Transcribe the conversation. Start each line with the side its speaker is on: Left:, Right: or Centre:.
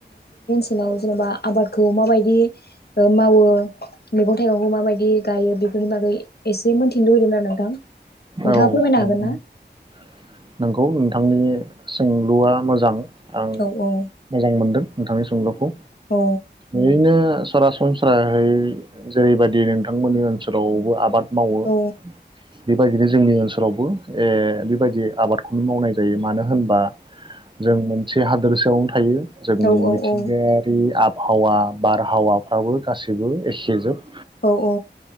Left: लाव जेनबा आबादखौ माबायदि ओ मावो, मैगं थाइगंखौ माबायदि गायो बे बेनि बागै एसे मोनथिनो लुुबैदोंमोन आरो नोंथां। नोंथाङा
Right: औ
Left: फोरमायनो
Right: नंगौ
Left: हागोन ना
Right: नोंथां। नोंथांनि सोंलुआ मोजां आं
Left: औ औ
Right: मोजां मोनदों नोंथांनि सुंलुखौ
Left: औ
Right: ओरैनो। सरासनस्रायै जेरैबायदि नोंथांमोननि ओनसोलावबो आबाद। मावो।
Left: औ
Right: बेबायदिनो जोंनि ओनसोलावबो ऐ बेबायदि आबादखौनो मावनाय जायो मानो होनबा। जों मोन। से हादोरसायावनो थायो। जोंनि
Left: औ औ
Right: मिथिंगायारि
Left: औ
Right: आबाद। हावा बारहावाफ्राबो गासैबो एखे जोब।
Left: औ औ।